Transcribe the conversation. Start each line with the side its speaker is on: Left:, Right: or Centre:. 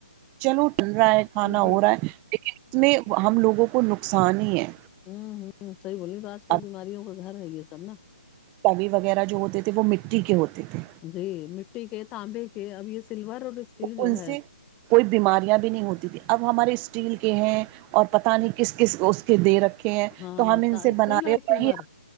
Right: چلو ٹن را ہے کھانا
Left: جی جی
Right: ہو رہا ہے لیکن اس میں ہم لوگوں کو نقصان ہی ہے
Left: ہوں ہم صحیح بولی تو آج کل
Right: اب
Left: بیماریوں کا گھر ہے یہ سب نا
Right: توی وغیرہ جو ہوتے تھے وہ مٹی کے ہوتے تھے
Left: جی مٹی کے تانبے کے اب یہ سلور اور اسٹیل جو
Right: ان سے
Left: ہے
Right: کوئی بیماریاں بھی نہیں ہوتی تھیں اب ہمارے اسٹیل کے ہیں اور پتہ نہیں کس کس اس کے دے رکھے ہیں
Left: ہاں
Right: تو ہم ان سے
Left: اسٹیل
Right: بنا
Left: اور
Right: رہے
Left: سلور
Right: ہی